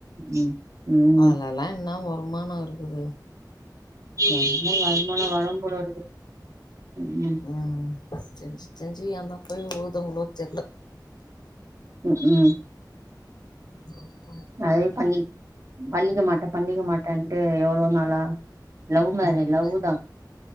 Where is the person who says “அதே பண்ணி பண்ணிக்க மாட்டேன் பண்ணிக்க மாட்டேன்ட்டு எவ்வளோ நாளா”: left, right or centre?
Right